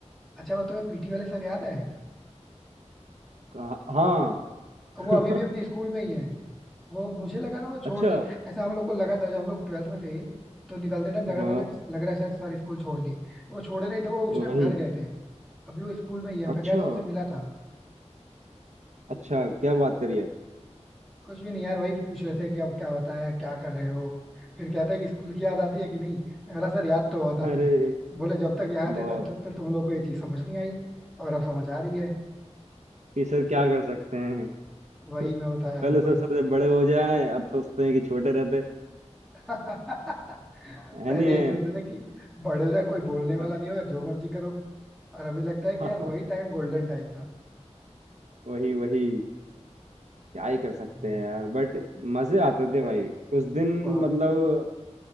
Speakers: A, in the centre; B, on the right.
A: अच्छा वो तो यार पीटी वाले सर याद है
B: कहाँ- हाँ
A: वो
B: <laughs>
A: अभी भी अपने स्कूल में ही है वो मुझे लगा ना वो छोड़
B: अच्छा
A: दी ऐसा हम लोग को लगा था जब हम लोग ट्वेल्थ में थे तो निकलते टाइम लगा
B: हाँ
A: था ना कि लग रहा है शायद सर स्कूल छोड़ दिए वो छोड़े नहीं थे वो उस
B: वही
A: टाइम घर गए थे अभी वो स्कूल में ही है मैं
B: अच्छा
A: गया था उनसे मिला था
B: अच्छा क्या बात करी है
A: कुछ भी नहीं यार वही पूछ रहे थे कि अब क्या होता है क्या कर रहे हो फिर कहता है कि स्कूल की याद आती है कि नहीं मैं बोला सर याद तो बहुत आती
B: अरे
A: है बोले जब तक यहाँ
B: बहुत
A: थे तब तक तो तुम लोग को ये चीज समझ नहीं आई और अब समझ आ रही है
B: कि सर क्या कर सकते हैं <laughs>
A: वही मैं बताया
B: पहले
A: उनको
B: सोचते थे बड़े हो जाए अब सोचते हैं कि छोटे रहते
A: <laughs> पहले
B: है नहीं है
A: ये सोचते थे कि बड़े हो जाए कोई बोलने वाला
B: हाँ
A: नहीं होगा जो मर्जी करो और अभी लगता
B: <laughs>
A: है कि यार वही टाइम गोल्डन टाइम था
B: वही वही क्या ही कर सकते
A: हम्म।
B: हैं यार बट मजे आते थे भाई उस दिन
A: बहुत
B: मतलब